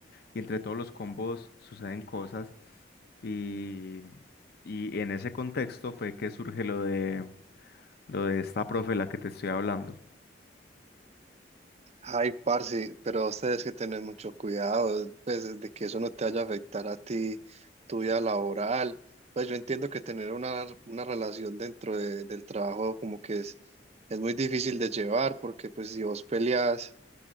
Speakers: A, on the left (about 60°); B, on the right (about 35°).
A: y entre todos los combos suceden cosas. Y, y en ese contexto fue que surge lo de, lo de esta profe la que te estoy hablando.
B: Ay, parce, pero ustedes que tener mucho cuidado, pues, de que eso no te vaya a afectar a ti, tu vida laboral. Pues yo entiendo que tener una, una relación dentro de- del trabajo como que es, es muy difícil de llevar, porque pues si vos peleas,